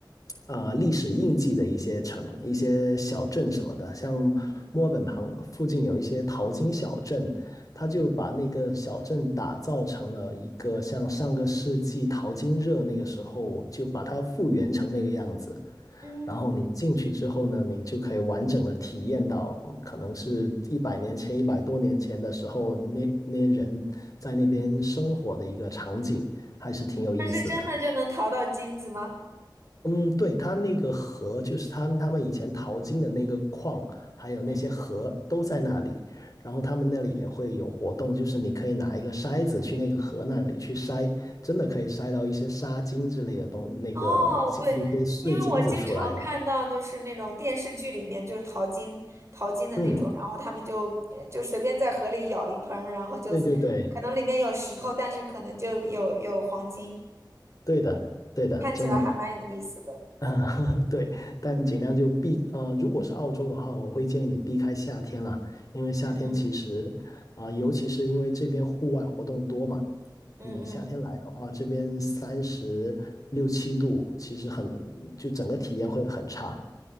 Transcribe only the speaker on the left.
啊、呃历史印记的一些城、一些小镇什么的，像墨尔本旁附近有一些淘金小镇，
他就把那个小镇打造成了一个像上个世纪淘金热那个时候，就把它复原成那个样子。
然后你进去之后呢，你就可以完整的体验到，嗯可能是一百年前、一百多年前的时候，那那些人在那边生活的一个场景，还是挺有意思的。
嗯，对，它那个河，就是他他们以前淘金的那个矿，还有那些河都在那里。
然后他们那里也会有活动，就是你可以拿一个筛子去那个河那里去筛，真的可以筛到一些沙金之类的东，那个金那些碎金子出来的。
嗯，
对对对，
对的，对的，
真的。嗯，<laughs> 对，但尽量就避，呃，如果是澳洲的话，我会建议你避开夏天了，因为夏天其实，
啊、尤其是因为这边户外活动多嘛，
你夏天来的话，这边三十六七度，其实很，就整个体验会很差，